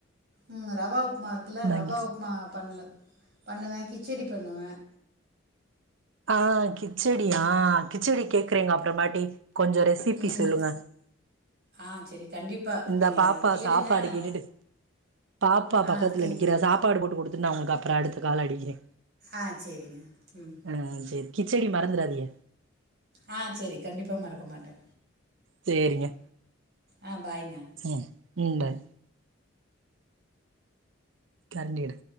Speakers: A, on the right; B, on the right.
A: ம் ரவ உப்புமா இருக்கல்ல
B: மேகி
A: ரவ உப்புமா பண்ல பண்ணுவ கிச்சடி பண்ணுவ
B: ஆஹ் கிச்சடியா கிச்சடி கேக்குறேங் அப்புறமாட்டி கொஞ்சோ ரெசிபி
A: கொஞ்சோ
B: சொல்லுங்க
A: ஆ செரி கண்டிப்பா
B: இந்த
A: நீங்க
B: பாப்பா
A: கேளுங்க
B: சாப்பாடு
A: நா
B: கேட்டுட்டு இந்த பாப்பா சாப்பாடு கேட்டுட்டு பாப்பா
A: ஆ
B: பக்கத்துல
A: கே
B: நிக்கிறா சாப்பாடு போட்டு குடுத்துட்டு நா உங்களுக்கு அப்றோ அடுத்து கால் அடிக்கிறே
A: ஆஹ் சேரிங்க உம்
B: ஆ சேரி கிச்சடி மறந்துறாதீங்க
A: ஆஹ் சேரி கண்டிப்பா மறக்க மாட்ட
B: சேரிங்க
A: ஆ பாய்ங்க
B: ம் ம் பாய் கண்ணெடு